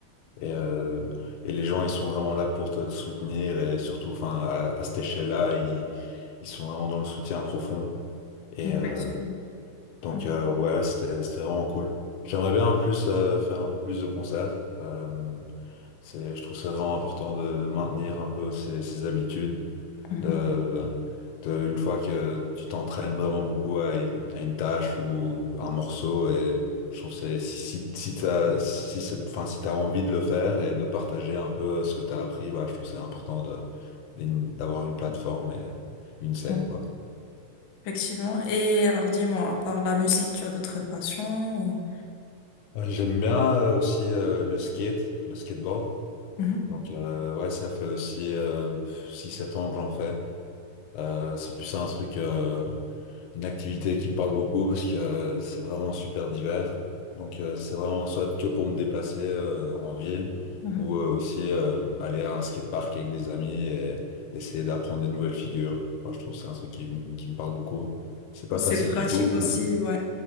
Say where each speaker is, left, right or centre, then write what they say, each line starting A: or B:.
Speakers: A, on the left; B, on the left.
A: Et, euh, et les gens, ils sont vraiment là pour te, te soutenir et surtout, enfin, à, à cette échelle-là, ils, ils sont vraiment dans le soutien profond. Et
B: Effectivement.
A: euh, donc,
B: Mhm,
A: euh, ouais, c'était, c'était vraiment cool. J'aimerais bien plus euh, faire un peu plus de concerts. Euh, c'est, je trouve ça vraiment important de, de maintenir un peu ces, ces habitudes.
B: mhm.
A: De, de- une fois que tu t'entraînes vraiment beaucoup à, une à une tâche ou un morceau, et je trouve que c'est- si, si si t'as, si c'est- enfin, si t'as envie de le faire et de partager un peu ce que t'as appris, bah, je trouve que c'est important de, d'une- d'avoir une plateforme et une scène,
B: mhm.
A: quoi.
B: Effectivement. Et alors, dis-moi, à part la musique, tu as d'autres passions ou-
A: Euh, J'aime bien euh, aussi euh, le skate, le skateboard.
B: Mhm.
A: Donc, euh, ouais, ça fait aussi euh, six sept ans que j'en fais. Euh, c'est plus un truc, euh, une activité qui me parle beaucoup parce que euh, c'est vraiment super divers. Donc euh, c'est vraiment soit que pour me déplacer euh, en ville
B: Mhm.
A: ou euh, aussi euh, aller à un skatepark avec des amis et essayer d'apprendre des nouvelles figures. Enfin, je trouve que c'est un truc qui, me- qui me parle beaucoup. C'est pas
B: mhm. C'est
A: facile
B: pratique
A: du tout.
B: aussi,
A: Enfin,
B: ouais.